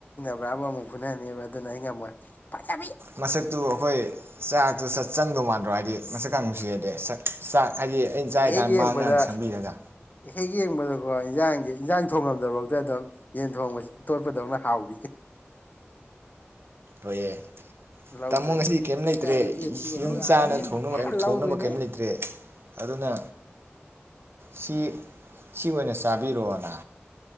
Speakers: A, on the left; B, on the right.
A: ꯄꯨꯔꯥꯕꯨ ꯑꯃꯨꯛ ꯐꯨꯅꯅꯦꯕ ꯑꯗꯨꯅ ꯑꯩ ꯉꯝꯃꯣꯏ ꯐꯖꯕꯤ
B: ꯃꯁꯛꯇꯨ ꯑꯩꯈꯣꯏ ꯆꯥꯛꯇꯨ ꯁꯠ ꯆꯪꯗꯧ ꯃꯥꯟꯗ꯭ꯔꯣ ꯍꯥꯏꯗꯤ ꯃꯁꯛꯀꯥꯡ
A: ꯎꯝ
B: ꯅꯨꯡꯁꯤꯔꯗꯤ ꯁꯛ ꯆꯥꯛ ꯍꯥꯏꯗꯤ ꯑꯩꯅ ꯆꯥꯔꯤ
A: ꯍꯦꯛ
B: ꯀꯥꯟ
A: ꯌꯦꯡꯕꯗ
B: ꯃꯥꯡꯅꯒꯥꯡ ꯁꯪꯕꯤꯔꯒ
A: ꯍꯦꯛ ꯌꯦꯡꯕꯗꯀꯣ ꯏꯟꯖꯥꯡꯖꯦ ꯏꯟꯖꯥꯡ ꯊꯣꯡꯉꯝꯗ꯭ꯔꯕꯧꯇꯥ ꯑꯗꯨꯝ ꯌꯦꯟ ꯊꯣꯡꯕ ꯇꯣꯠꯄꯗꯧꯅ ꯍꯥꯎꯕꯤ
B: ꯍꯣꯏꯌꯦ
A: ꯂꯧꯗꯣꯏꯅꯤ
B: ꯇꯥꯃꯣ ꯉꯁꯤꯗꯤ ꯀꯦꯝ
A: ꯁꯤ
B: ꯂꯩꯇ꯭ꯔꯦ
A: ꯀꯥꯏ ꯅꯨꯄꯤ ꯑꯊꯤꯕ
B: ꯌꯨꯝ
A: ꯂꯧ ꯌꯥꯕ
B: ꯆꯥꯅ
A: ꯅꯠꯇꯦ
B: ꯊꯣꯡꯅꯕ
A: ꯐꯖꯅ
B: ꯀꯔꯤꯝ
A: ꯂꯧꯗꯣꯏꯅꯤ
B: ꯊꯣꯡꯅꯕ ꯀꯩꯝ ꯂꯩꯇ꯭ꯔꯦ ꯑꯗꯨꯅ ꯁꯤ ꯁꯤ ꯑꯣꯏꯅ ꯆꯥꯕꯤꯔꯣꯅ